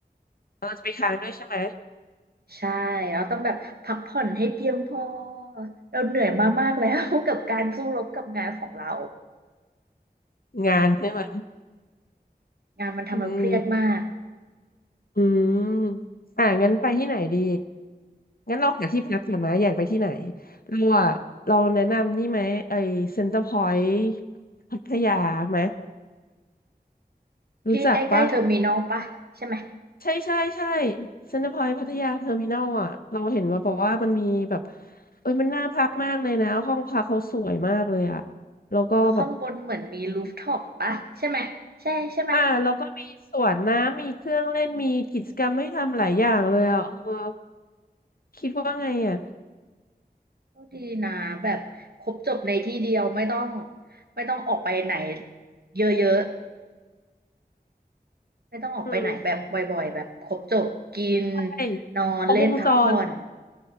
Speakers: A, on the left; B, on the right.
A: เราจะไปค้างด้วยใช่ไหม
B: ใช่เราต้องแบบพักผ่อนให้เพียงพอเราเหนื่อยมามากแล้ว <laughs> กับการสู้รบกับงานของเรา
A: งานใช่ไหม
B: งานมันทำเราเครียดมาก
A: อืมอืมอ่ะงั้นไปที่ไหนดีงั้นเราหาที่พักก่อนไหมอยากไปที่ไหนเราอ่ะเราแนะนำนี่ไหมไอเซ็นเตอร์พอยต์พัทยาไหมรู้จักปะ
B: ที่ใกล้ๆเทอร์มินอลปะใช่ไหม
A: ใช่ใช่ใช่เซ็นเตอร์พอยต์พัทยาเทอร์มินอลอ่ะเราเห็นว่าบอกว่ามันมีแบบเอ้ยมันน่าพักมากเลยนะห้องพักเขาสวยมากเลยอ่ะแล้วก็แบบ
B: เราข้างบนเหมือนมีรูฟท็อปปะใช่ไหมใช่ใช่ไหม
A: อ่าแล้วก็มีสวนน้ำมีเครื่องเล่นมีกิจกรรมให้ทำหลายอย่างเลยอ่ะเออคิดว่าไงอ่ะ
B: ก็ดีนะแบบครบจบในที่เดียวไม่ต้องไม่ต้องออกไปไหนเยอะๆไม่ต้องออกไปไหนแบบบ่อยๆแบบครบจบกิน
A: อืมใช่
B: นอนเล่นพักผ่อน
A: ครบวงจร